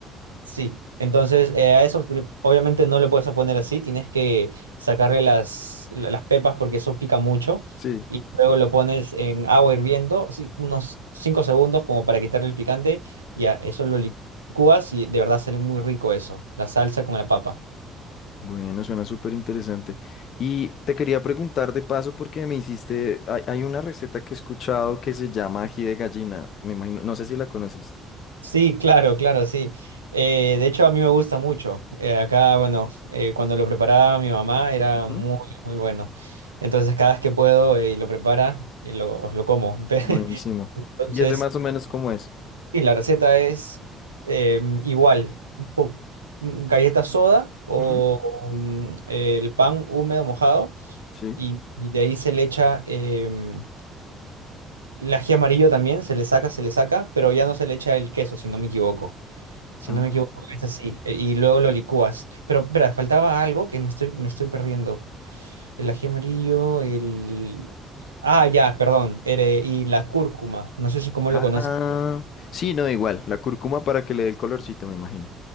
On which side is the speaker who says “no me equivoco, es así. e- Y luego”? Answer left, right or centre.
Right